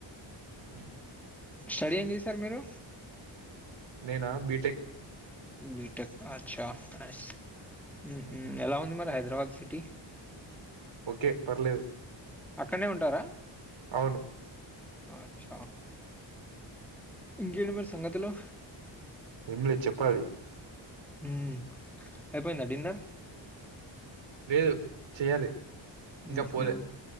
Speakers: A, on the right; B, in the centre.
A: <inaudible>
B: స్టడీ ఏం చేసార్ మీరు
A: నేనా బిటెక్
B: బీటెక్ అచ్చస్ ఉ
A: ఉమ్.
B: ఎలా ఉంది మరి హైద్ర హైదరాబాద్ సిటీ
A: ఓకే పర్లేదు
B: అక్కడనే ఉంటారా
A: అవును
B: అచ్చ ఇంకేంటి మరి సంగతు లు
A: ఏమి లేదు చెప్పాలి
B: ఉ అయిపోయిందా డిన్నర్
A: లేదు చెయాలి ఇంకా
B: మ్మ్హ్మ్.
A: పోలే